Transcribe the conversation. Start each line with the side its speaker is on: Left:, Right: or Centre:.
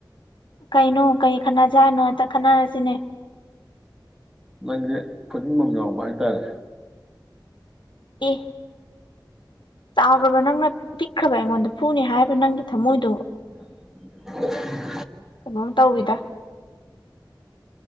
Left: ꯀꯩꯅꯣ ꯀꯔꯤ ꯈꯠꯅꯖꯠꯅꯣ ꯍꯦꯛꯇ ꯈꯟꯅꯔꯁꯤꯅꯦ
Centre: ꯅꯪꯁꯦ ꯈꯨꯗꯤꯅꯤꯡꯐꯝ ꯌꯥꯎꯕ ꯍꯥꯏꯇꯥꯔꯦ
Left: ꯑꯦ ꯆꯥꯎꯒꯕꯅꯪ ꯇꯤꯛꯕ ꯑꯩꯉꯣꯟꯗ ꯄꯨꯅꯤ ꯍꯥꯏꯕ ꯅꯪꯒꯤ ꯊꯃꯣꯏꯗꯨ
Centre: <inaudible>
Left: ꯀꯩꯅꯣꯝ ꯇꯧꯋꯤꯗ